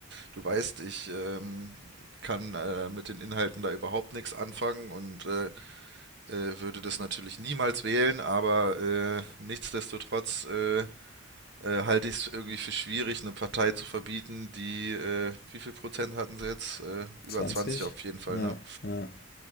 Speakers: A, on the right (about 55°); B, on the left (about 45°).
A: du weißt, ich ähm, kann äh, mit den Inhalten da überhaupt nichts anfangen und äh, äh, würde das natürlich niemals wählen, aber äh, nichtsdestotrotz äh, äh, halte ich es irgendwie für schwierig, eine Partei zu verbieten, die, äh, wie viel Prozent hatten sie jetzt? Äh, über
B: 20.
A: 20 auf jeden Fall,
B: Ja,
A: ne?
B: ja.